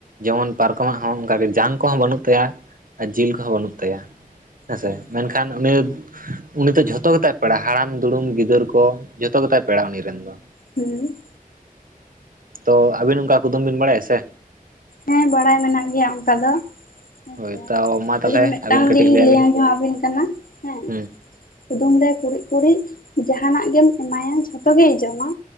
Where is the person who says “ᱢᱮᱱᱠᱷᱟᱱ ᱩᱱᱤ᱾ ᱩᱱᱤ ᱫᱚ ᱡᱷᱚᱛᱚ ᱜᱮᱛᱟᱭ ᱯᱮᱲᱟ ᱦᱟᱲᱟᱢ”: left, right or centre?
Right